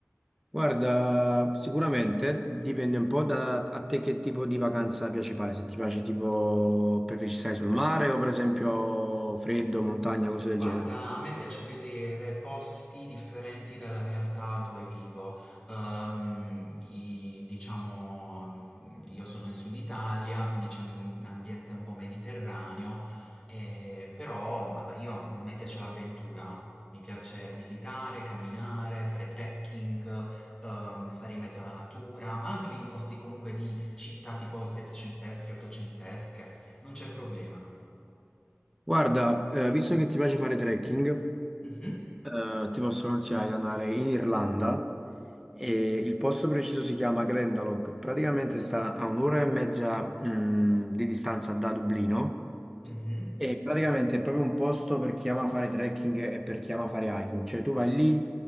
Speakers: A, in the centre; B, on the left.
A: Guarda, sicuramente dipende un po' da a te che tipo di vacanza piace fare, se ti piace tipo preferisci stare sul mare o per esempio freddo, montagna, cose del
B: Guarda,
A: genere.
B: a me piace vedere posti differenti dalla realtà dove vivo. Ehm, i- diciamo, mm, io sono in Sud Italia, quindi c'è un ambiente un po' mediterraneo, eh, però ma io, a me piace l'avventura. Mi piace visitare, camminare, fare trekking, ehm, stare in mezzo alla natura, ma anche in posti comunque di città tipo settecentesche, ottocentesche, non c'è problema.
A: Guarda, eh, visto che ti piace fare trekking,
B: Mhm,
A: eh, ti posso consigliare di andare in Irlanda e il posto preciso si chiama Glendalough, praticamente sta a un'ora e mezza, mm, di distanza da Dublino
B: mhm,
A: E praticamente è proprio un posto per chi ama fare trekking e per chi ama fare hiking, cioè tu vai lì,